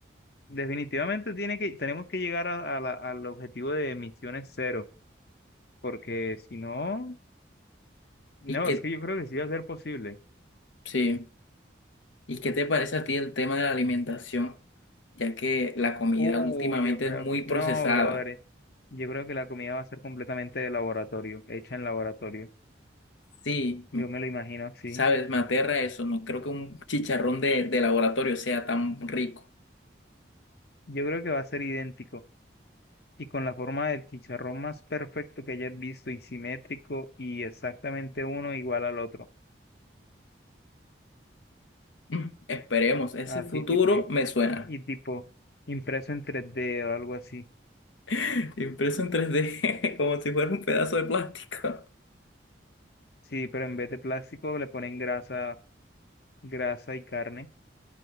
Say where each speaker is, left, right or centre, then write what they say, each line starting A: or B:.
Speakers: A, on the left; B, on the left.
A: Definitivamente tiene que, tenemos que llegar a, a la- al objetivo de emisiones cero, porque si no, no,
B: ¿y qué,
A: es que yo creo que sí va a ser posible.
B: sí, ¿y qué te parece a ti el tema de la alimentación? Ya que la comida
A: Uy,
B: últimamente
A: yo creo
B: es muy
A: que,
B: procesada.
A: no, brother, yo creo que la comida va a ser completamente de laboratorio, hecha en laboratorio.
B: Sí,
A: Yo
B: mm,
A: me lo imagino así.
B: sabes, me aterra eso. No creo que un chicharrón de, de laboratorio sea tan rico.
A: Yo creo que va a ser idéntico y con la forma del chicharrón más perfecto que hayas visto y simétrico y exactamente uno igual al otro.
B: Mm, Esperemos, ese
A: Así
B: futuro
A: tipo,
B: me suena.
A: y tipo impreso en tres d o algo así.
B: <laughs> Impreso en 3D, <laughs> como si fuera un pedazo de plástico.
A: Sí, pero en vez de plástico le ponen grasa, grasa y carne.